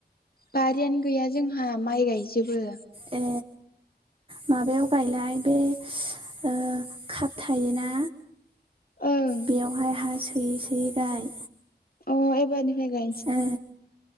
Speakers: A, on the left; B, on the right.
A: बारियानो गैया जोंहा माइ गायजोबो
B: ए माबायाव गायलाय बे ओ काप थायोना
A: ओं
B: बेयावहाय हा सोयै सोयै गाय
A: अ एबारनिफ्राय गाय
B: ए